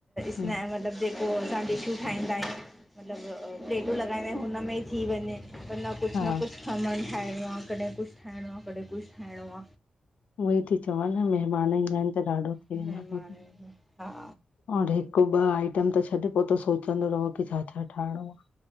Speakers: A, in the centre; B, on the left.
A: स्नै
B: हम्म
A: मतिलब जेको असां डिशूं ठाहींदा आयूं मतिलबु प्लेटूं लॻाईंदा आयूं हुनमें ई थी वञे म ना कुझु
B: हा
A: न कुझु खमण ठाहिणो आ कॾहिं कुझु ठाहिणो आ कॾहिं कुझु ठाहिणो।
B: उअई ती चवां न, मेहमान ईंदा एंन त ॾाढो थी
A: मेहमान,
B: वेंदो आहे दीदी
A: हा।
B: और हिकु ॿ आइटम त छॾ, पो त सोचंदो रहो की छा छा ठाहिणो आ।